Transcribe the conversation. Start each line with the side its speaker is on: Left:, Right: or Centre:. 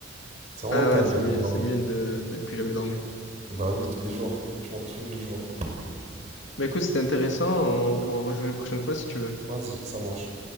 Right: C'est vraiment
Left: Ah
Right: dingue
Left: ouais, c'est
Right: les
Left: mieux,
Right: temps de dormir.
Left: c'est mieux de, de plus jamais dormir.
Right: Bah oui, tous les jours. Franchement, tous les jours.
Left: Mais écoute, c'était intéressant, on pourra rejouer une prochaine fois si tu veux.
Right: Vas-y, ça marche.